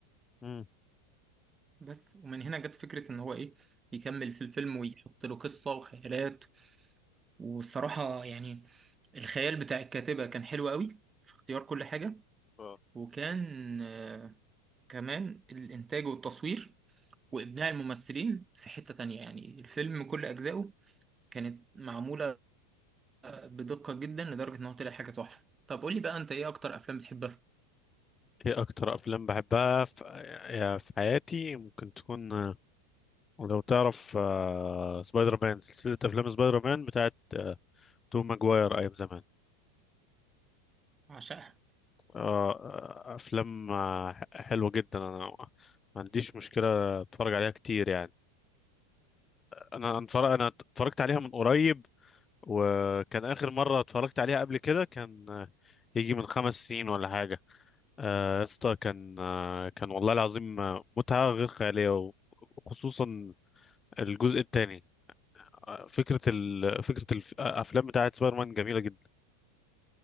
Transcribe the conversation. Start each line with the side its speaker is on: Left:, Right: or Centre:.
Left: مم.
Right: بس ومن هنا جت فكره ان هو ايه يكمل في الفيلم ويحط له قصه وخيالات والصراحه يعني الخيال بتاع الكاتبه كان حلو قوي في اختيار كل حاجه
Left: آه.
Right: وكان آه، كمان الانتاج والتصوير وإبداع الممثلين في حتة تانية يعني الفيلم كل أجزائه كانت معمولة بدقة جدا لدرجة إن هو طلع حاجة تحفة طب قولي بقى أنت إيه أكتر أفلام بتحبها؟
Left: ايه اكتر افلام بحبها في, يا- في حياتي ممكن تكون آه، لو تعرف آه، سبايدر مان سلسله افلام سبايدر مان بتاعت آه، توم ماجواير ايام زمان
Right: عشقها
Left: آه، آه، افلام آه، حلوه جدا انا ما عنديش مشكله اتفرج عليها كتير يعني انا أنا اتفرج انا اتفرجت عليها من قريب وكان اخر مره اتفرجت عليها قبل كده كان آه، يجي من خمس سنين ولا حاجه آه، يا اسطى كان آه، كان والله العظيم آه، متعه غير خياليه و- وخصوصا الجزء الثاني فكره ال... فكره الافلام بتاعت سبايدر مان جميله جدا